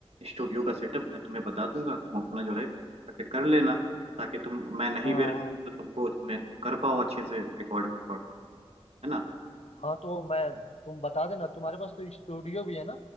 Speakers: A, on the right; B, on the left.
A: स्टूडियो का सेटअप मैं तुम्हें बता दूंगा तुम अपना जो है कर लेना ताकि तुम मैं नहीं
B: हाँ
A: भी रहूँ
B: हाँ
A: तो तुमको मैं तुम कर पाओ अच्छे से रिकॉर्ड वकॉर्ड है ना
B: हाँ तो मैं तुम बता देना तुम्हारे पास तो स्टूडियो भी है ना